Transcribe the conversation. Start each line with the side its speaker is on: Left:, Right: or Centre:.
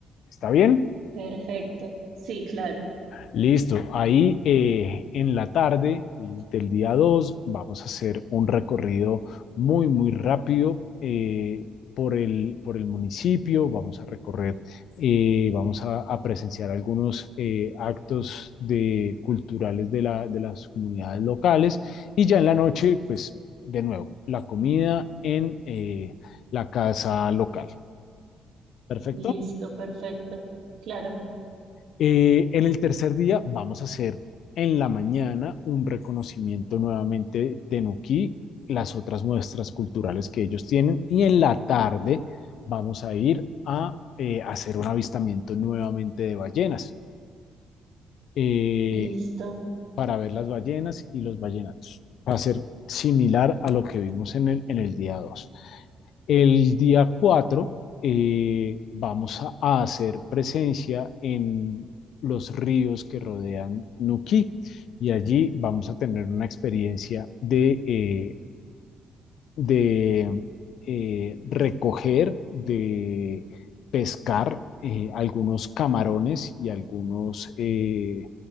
Left: ¿Está bien?
Right: Perfecto, sí, claro.
Left: Listo, ahí eh, en la tarde del día 2 vamos a hacer un recorrido muy, muy rápido eh, por el, por el municipio, vamos a recorrer, eh, vamos a, a presenciar algunos eh, actos de, culturales de, la, de las comunidades locales y ya en la noche, pues de nuevo, la comida en eh, la casa local. ¿Perfecto?
Right: Listo, perfecto. Claro,
Left: Eh, en el tercer día vamos a hacer en la mañana un reconocimiento nuevamente de Nuquí, las otras muestras culturales que ellos tienen y en la tarde vamos a ir a eh, hacer un avistamiento nuevamente de ballenas eh,
Right: listo.
Left: para ver las ballenas y los ballenatos. Va a ser similar a lo que vimos en el, en el día 2. El día 4 eh, vamos a, a hacer presencia en los ríos que rodean Nuquí y allí vamos a tener una experiencia de eh, de eh, recoger, de pescar eh, algunos camarones y algunos, eh,